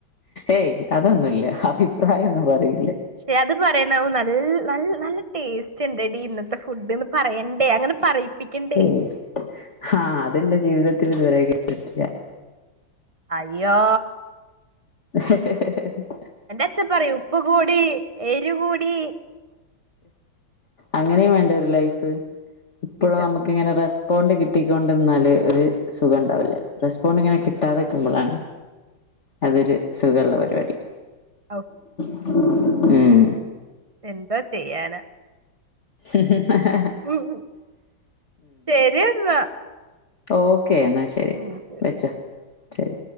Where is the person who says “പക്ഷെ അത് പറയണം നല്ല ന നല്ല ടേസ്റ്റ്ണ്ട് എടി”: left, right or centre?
Right